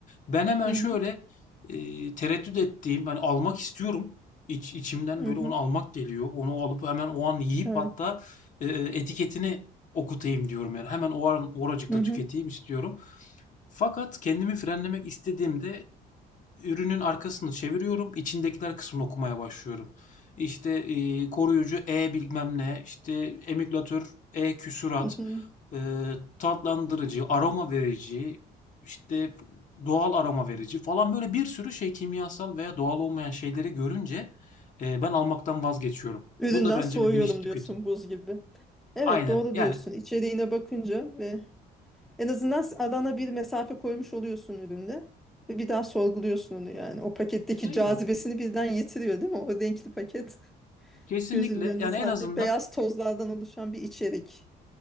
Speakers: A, on the left; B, in the centre.
A: Ben hemen
B: Hı
A: şöyle
B: hı.
A: e, tereddüt ettiğim, hani almak istiyorum. İç, içimden
B: Hı
A: böyle
B: hı.
A: onu almak geliyor. Onu alıp hemen o an yiyip
B: Evet.
A: hatta e, e, etiketini okutayım diyorum yani. Hemen o an oracıkta
B: Hı
A: tüketeyim
B: hı. <laughs>
A: istiyorum. Fakat kendimi frenlemek istediğimde ürünün arkasını çeviriyorum, içindekiler kısmını okumaya başlıyorum. İşte, eee, koruyucu E bilmem ne, işte emülgatör E küsurat,
B: Hı hı.
A: eee, tatlandırıcı, aroma verici, işte doğal aroma verici falan böyle bir sürü şey kimyasal veya doğal olmayan şeyleri görünce, eee, ben almaktan vazgeçiyorum.
B: Üründen
A: Bu da bence
B: soğuyorum
A: bir bilinçli tüketim.
B: diyorsun buz gibi. Evet
A: Aynen,
B: doğru
A: yani
B: diyorsun. İçeriğine bakınca ve en azından arana bir mesafe koymuş oluyorsun ürünle. Ve bir daha sorguluyorsun onu yani. O paketteki
A: aynen.
B: cazibesini birden yitiriyor değil mi? O renkli paket <laughs>
A: Kesinlikle.
B: gözünün önünde
A: Yani
B: sadece
A: en azından
B: beyaz tozlardan oluşan bir içerik.